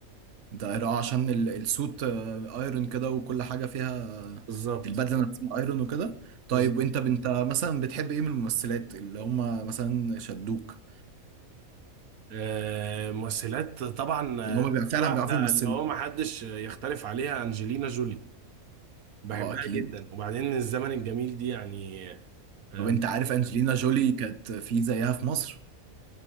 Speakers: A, on the right; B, on the right.
A: ده اه عشان ال- السوت آه، ايرون كده وكل حاجه فيها آه،
B: بالظبط
A: البدله نفسها ايرون وكده طيب
B: بالظبط
A: وانت انت مثلا بتحب ايه من الممثلات اللي هم مثلا شدوك
B: آه، ممثلات طبعا آه،
A: ان هم بيبقى فعلا
B: في واحده
A: بيعرفوا يمثلوا
B: اللي هو ما حدش يختلف عليها انجلينا جولي بحبها
A: اه اكيد
B: جدا وبعدين الزمن الجميل دي يعني آه،
A: طب انت عارف انجلينا جولي كانت في زيها في مصر